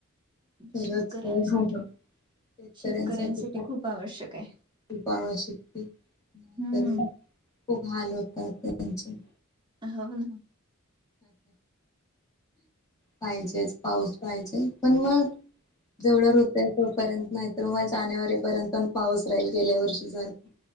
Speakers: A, on the left; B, on the right.
A: तरच
B: शेतकऱ्यांसाठी
A: शेतकऱ्यांसाठी
B: शेतकऱ्यांसाठी
A: पाहि
B: खूप आवश्यक आहे.
A: खूप आवश्यकती नाही
B: हम्म.
A: तर खूप हाल होतात त्यांचे
B: हो ना
A: पाहिजेच पाऊस पाहिजे पण मग, जेवढं ऋतू आहे तोपर्यंत नाहीत म जानेवारी पर्यंत पण पाऊस राहील गेल्या वर्षी सारखा